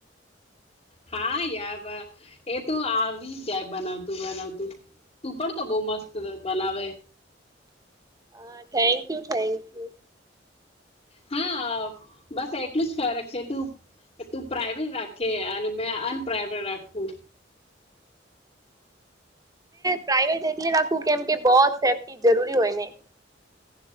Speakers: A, on the left; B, on the right.
A: હા યાર એ તો આવી જાય બનાવતું બનાવતું તું પણ તો બહ મસ્ત બનાવે.
B: હા થેન્ક યુ થેન્ક યુ.
A: હા બસ એટલું જ ફરક છે તું તું પ્રાઈવેટ રાખે અને મે અનપ્રાઈવેટ રાખું.
B: પ્રાઈવેટ એટલે રાખવું કેમ કે બસ. એ જરૂરી હોય ને.